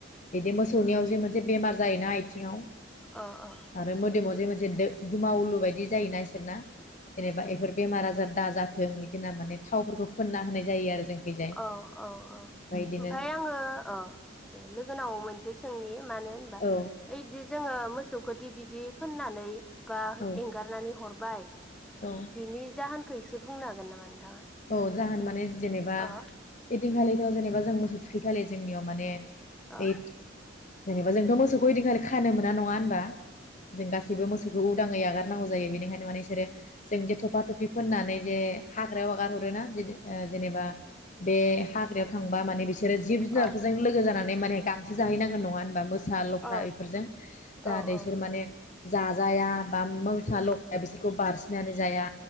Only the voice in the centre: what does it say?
औ
औ औ औ ओमफाय
ओङो ओ द लोगोनाव मोनसे सोंनि मानो होनबा
ओइ दि जोङो मोसौखोदि बिदि फोननानै एबा
एंगारनानै हरबाय
बिनि जाहोन खौ एसे बुंनो हागोन नामा नोंथाङा
अ
अ
अ
औ
औ
औ
उम